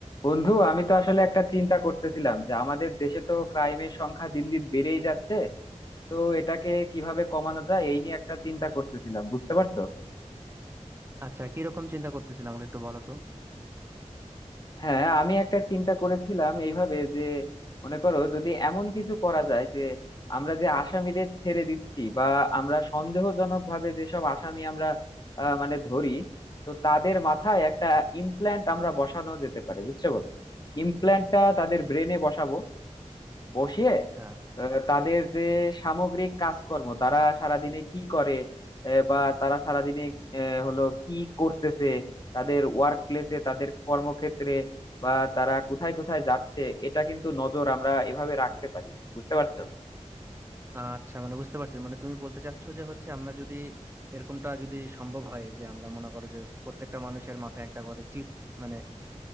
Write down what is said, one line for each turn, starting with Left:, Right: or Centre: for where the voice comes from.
Left: বন্ধু আমি তো আসলে একটা চিন্তা করতেছিলাম যে আমাদের দেশে তো ক্রাইমের সংখ্যা দিন দিন বেড়েই যাচ্ছে তো এটাকে কিভাবে কমানো যায় এই নিয়ে একটা চিন্তা করতেছিলাম বুঝতে পারছো
Right: আচ্ছা কিরকম চিন্তা করতেছিল আমাকে একটু বলো তো
Left: হ্যাঁ আমি একটা চিন্তা করেছিলাম এইভাবে যে মনে করো যদি এমন কিছু করা যায় যে আমরা যে আসামিদের ছেড়ে দিচ্ছি বা আমরা সন্দেহজনক ভাবে যেসব আসামি আমরা আহ, মানে ধরি তো তাদের মাথায় একটা ইমপ্ল্যান্ট আমরা বসানো যেতে পারে বুঝছো ইমপ্ল্যান্টটা তাদের ব্রেনে বসাবো বসিয়ে
Right: আচ্ছা
Left: আহ, তাদের যে সামগ্রিক কাজকর্ম তারা সারাদিনে কি করে আহ, বা তারা সারাদিনে আহ, হলো কি করতেছে তাদের ওয়ার্ক প্লেসে তাদের কর্মক্ষেত্রে বা তারা কোথায় কোথায় যাচ্ছে এটা কিন্তু নজর আমরা এভাবে রাখতে পারি বুঝতে পারছো
Right: আচ্ছা মানে বুঝতে পারছি মানে তুমি বলতে চাচ্ছ যে হচ্ছে আমরা যদি এরকমটা যদি সম্ভব হয় যে আমরা মনে করো যে প্রত্যেকটা মানুষের মাথায় একটা করে চিপস মানে